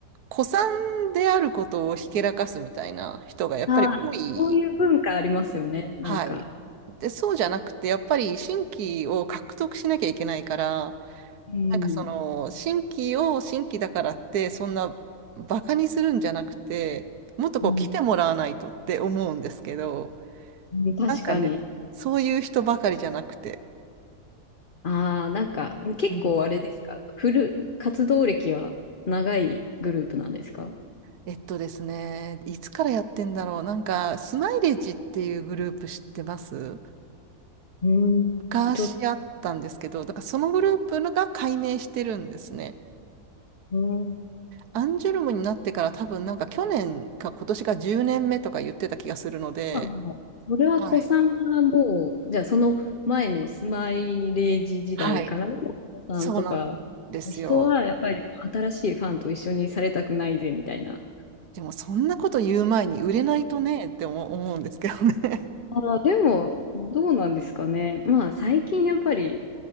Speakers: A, on the right (about 75°); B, on the left (about 40°).
A: 古参であることをひけらかすみたいな人がやっぱり多い。
B: ああ、そういう文化ありますよね。
A: はい。
B: なんか、
A: で、そうじゃなくて、やっぱり新規を獲得しなきゃいけないから、
B: うん、
A: なんかその、新規を新規だからって、そんなバカにするんじゃなくて、もっとこう来てもらわないとって思うんですけど、
B: うん、うん確かに。
A: なんかね、そういう人ばかりじゃなくて。
B: ああ、なんか結構あれですか、
A: うん
B: フル、活動歴は長いグループなんですか
A: えっとですね、いつからやってんだろう。なんか、スマイレージっていうグループ知ってます
B: うん、
A: 昔しあったんですけど、
B: ちょっと、
A: だからそのグループが解明してるんですね。
B: うん
A: アンジュルムになってから多分なんか去年か今年が10年目とか言ってた気がするので、
B: まあもうそれは子さんがもう、
A: はい。
B: じゃあその前のスマイレージ時代からの子さんとか、
A: はい。そうなんですよ。
B: 人はやっぱりもう新しいファンと一緒にされたくないぜみたいな。
A: でもそんなこと言う前に売れないとねって思思うんですけどね。
B: ああ、でも、どうなんですかね。まあ最近やっぱり